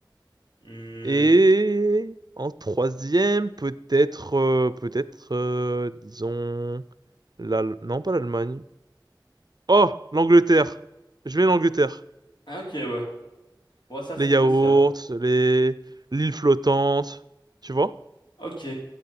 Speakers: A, on the left; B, on the right.
A: Hmm,
B: Et en troisième, peut-être, euh, peut-être, euh, disons, la... non, pas l'Allemagne. Oh, l'Angleterre. Je mets l'Angleterre.
A: ah, Ok, ouais. Ouais, ça, c'est
B: Les
A: spécial.
B: yaourts, les l'île flottante, tu vois?
A: Ok.